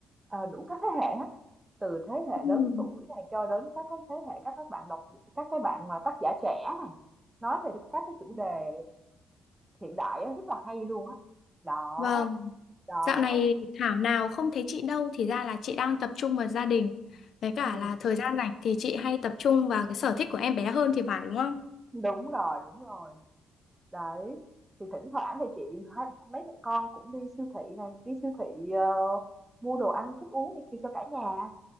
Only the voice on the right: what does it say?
à, đủ các thế hệ hết từ thế hệ
lớn tuổi này cho đến các cái thế hệ các các bạn đọc các cái bạn mà tác giả trẻ này nói về các cái chủ đề hiện đại á, rất là hay luôn á đó
đó
đó.
ừ,
đúng rồi đúng rồi Đấy, thì thỉnh thoảng thì chị hai mấy mẹ con cũng đi siêu thị này, đi siêu thị ờ, mua đồ ăn, thức uống này kia cho cả nhà.